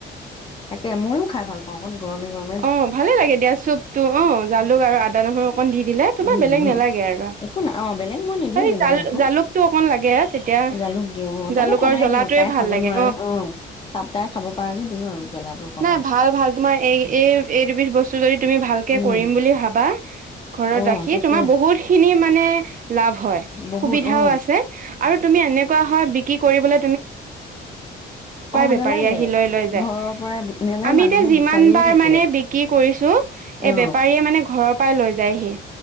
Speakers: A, on the left; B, on the right.
A: ে ময়ো খাই ভাল পাওঁ অণ গৰমে গৰম
B: অ ভালে লাগে দিয়া চুপতটো অ জালুক আৰু আদা নহৰু অকণ দি দিলে তোমাৰ
A: উম
B: বেলেগ
A: উম
B: নালাগে আৰু
A: অ বেলেগ মই নিদিও
B: খালি
A: যেনিবা
B: জাল
A: একো
B: জালুকটো অকণ লাগে তেতিয়া
A: জালুক দিওঁ অ
B: জালুকৰ
A: তাকো কমাই
B: জ্বলাটোৱে
A: দিওঁ তাই
B: ভাল
A: খাব
B: লাগে
A: নোৱাৰে অ খাপ তাই খাব পৰাকে দিওঁ আৰু জ্বলাটো কমাই
B: নাই ভাল ভাল তোমাৰ এই এই এইবিধ বস্তু যদি তুমি ভালকে
A: উম
B: কৰিম বুলি ভাবা ঘৰত
A: অ
B: ৰাখি
A: তাকে
B: তোমাৰ বহুত খিনি মানে লাভ হয়
A: বহুত
B: সুবিধাও
A: অ
B: আছে আৰু তুমি এনেকুৱা হয় বিক্ৰী কৰিবলে
A: অ
B: বেপাৰী
A: নালাগে
B: আহি লৈ লৈ যায়
A: ঘৰৰ পৰাই মানে
B: আমি
A: মানুহে
B: এতিয়া যিমান
A: বিচাৰিয়ে
B: বাৰ
A: থাকে
B: মানে বিক্ৰী কৰিছো এই
A: অ
B: বেপাৰীয়ে মানে ঘৰৰ পৰাই লৈ যায়হি